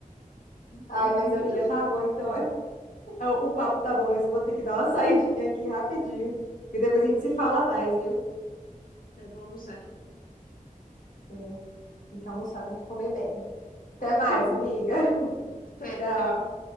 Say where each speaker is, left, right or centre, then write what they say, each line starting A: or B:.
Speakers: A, on the left; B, on the left.
A: Então,
B: Ai,
A: tem
B: mas
A: muito
B: amiga,
A: assim.
B: tá bom, então. <laughs> O o papo tá bom, mas eu vou ter que dar uma <laughs> saidinha aqui rapidinho. E depois a gente se fala mais, viu?
A: Eu vou almoçar aqui.
B: É, tem que almoçar, tem que comer bem. Até
A: <laughs>
B: mais, amiga. <laughs>
A: Até,
B: Tchau.
A: tchau.